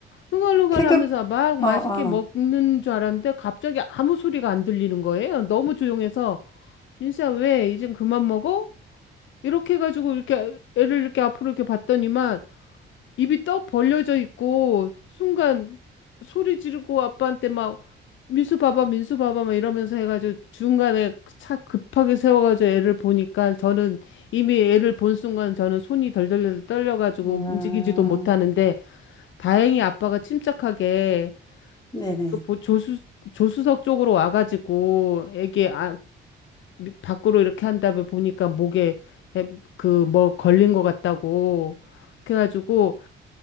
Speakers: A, on the left; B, on the left.
A: 흥얼흥얼
B: 계급
A: 하면서 막 맛있게
B: 어어
A: 먹는 줄 알았는데 갑자기 아무 소리가 안 들리는 거예요. 너무 조용해서 민수야 왜 이젠 그만 먹어? 이렇게 해가지고 이렇게 애를 이렇게 앞으로 이렇게 봤더니만 입이 떡 벌려져 있고 순간 소리 지르고 아빠한테 막 민수 봐봐 민수 봐봐 막 이러면서 해가지고 중간에 차 급하게 세워가지고 애를 보니까 저는 이미 애를 본 순간 저는 손이 덜덜덜 떨려가지고
B: 음
A: 움직이지도 못하는데 다행히 아빠가 침착하게
B: 네네
A: 그 보- 조수 조수석 쪽으로 와가지고 애기 아, 미- 밖으로 이렇게 한 다음에 보니까 목에 그 뭐 걸린 것 같다고 그래가지고